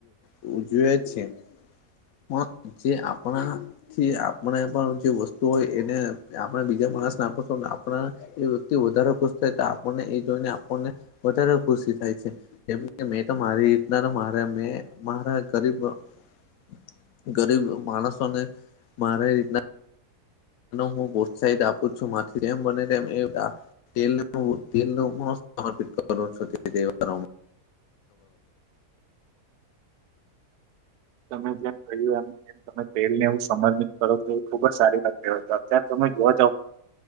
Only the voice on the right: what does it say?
તમે જેમ કહ્યું એમ- - તમે તેલને એવું સમર્પિત કરો તો એ ખુબ જ સારી વાત કહેવાય છે અત્યારે તમે જોવા જાવ- -